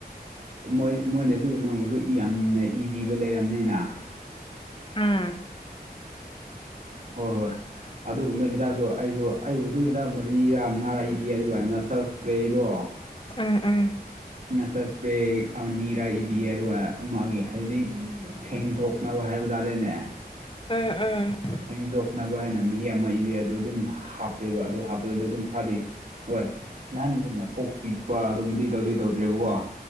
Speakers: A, on the right; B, on the left.
A: ꯃꯣꯏ ꯃꯣꯏꯅꯁꯨ ꯅꯣꯡꯃꯁꯨ ꯌꯥꯝꯅ ꯏꯕꯤꯕ ꯂꯩꯔꯕꯅꯤꯅ
B: ꯎꯝ
A: ꯍꯣꯏ ꯍꯣꯏ ꯑꯗꯨꯒꯨꯝꯕ ꯍꯤꯗꯥꯛꯁꯨ ꯑꯩꯁꯨ ꯑꯩꯕꯨꯁꯨ ꯍꯤꯗꯥꯛ ꯃꯔꯤꯔꯥ ꯃꯉꯥꯔꯥ ꯏꯕꯤ ꯑꯗꯨꯒ ꯃꯁꯜ ꯏꯁꯄ꯭ꯔꯦꯗꯣ
B: ꯎꯝ ꯎꯝ
A: ꯅꯁ ꯏꯁꯄ꯭ꯔꯦ ꯅꯤꯔꯥ ꯏꯕꯤꯌꯦ ꯑꯗꯨꯒ ꯃꯥꯒꯤ ꯍꯥꯏꯕꯗꯤ ꯁꯦꯡꯗꯣꯛꯅꯕ ꯍꯥꯏꯕ ꯇꯥꯔꯦꯅꯦ
B: ꯎꯝ ꯎꯝ
A: ꯁꯦꯡꯗꯣꯛꯅꯕ ꯍꯥꯏꯅ ꯃꯍꯤ ꯑꯃ ꯏꯕꯤ ꯑꯗꯨ ꯑꯗꯨꯝ ꯍꯥꯞꯄꯦꯕ ꯑꯗꯨ ꯍꯥꯞꯄꯗꯤ ꯑꯗꯨꯝ ꯈꯔꯗꯤ ꯍꯣꯏ ꯅꯍꯥꯟꯒꯨꯝꯅ ꯀꯣꯛ ꯆꯤꯛꯄ ꯑꯗꯨꯒꯨꯝꯕꯗꯤ ꯇꯧꯗꯤ ꯇꯧꯗ꯭ꯔꯦꯕꯀꯣ